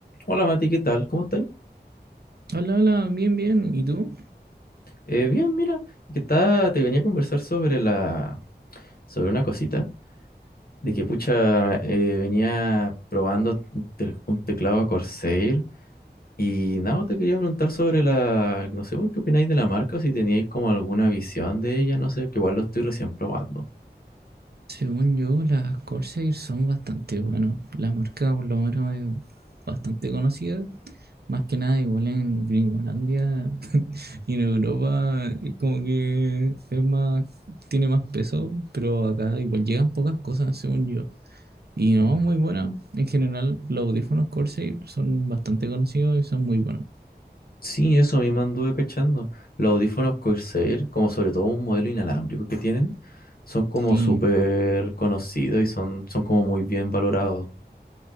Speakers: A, on the left; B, on the right.
A: Hola Mati, ¿qué tal? ¿Cómo estáis?
B: Hola, hola, bien, bien. ¿Y tú?
A: Eh, bien, mira, que está, te venía a conversar sobre la, sobre una cosita, de que pucha, eh, venía probando un te- un teclado Corsair y nada, te quería preguntar sobre la, no sé, vos ¿qué opináis de la marca? o Si teníais como alguna visión de ella, no sé, que igual lo estoy recién probando.
B: Según yo, las Corsair son bastante buenas. La marca por lo menos es bastante conocida. Más que nada, igual en Gringolandia <laughs> y en Europa, es como que es más, tiene más peso, pero acá igual llegan pocas cosas, según yo. Y no,
A: Mm,
B: muy buena. En general, los audífonos Corsair son bastante conocidos y son muy buenos.
A: Sí, eso mismo anduve cachando. Los audífonos Corsair, como sobre todo un modelo inalámbrico que tienen, son como
B: Sí,
A: súper conocidos y son, son como muy bien valorados.